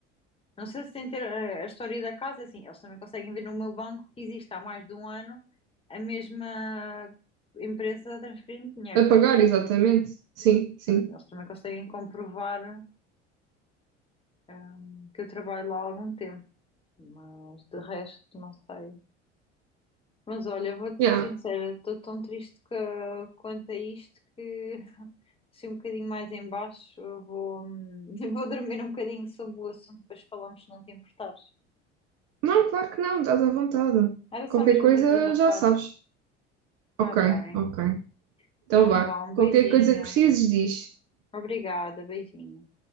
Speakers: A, on the left; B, on the right.
A: não sei se tem ter eh, a história da casa, é assim, eles também conseguem ver no meu banco que existe há mais de um ano a mesma empresa a transferir dinheiro,
B: Apagar,
A: né?
B: exatamente. Sim, sim.
A: Então, Eles também conseguem comprovar, ehm, que eu trabalho lá há algum tempo, mas de resto não sei. Mas olha, vou-te
B: Yeah.
A: ser sincera, estou tão triste que quanto a isto que <laughs> se um bocadinho mais em baixo eu vou, hum, <laughs> vou dormir um bocadinho sobre o assunto, depois falamos se não te importares.
B: Não, claro que não, estás à vontade.
A: Era só
B: Qualquer
A: mesmo
B: coisa
A: para desabafar.
B: já sabes.
A: Tá
B: Ok,
A: bem.
B: ok. Então
A: Então
B: vá.
A: vá, um
B: Qualquer
A: beijinho.
B: coisa que precises, diz.
A: Obrigada, beijinho.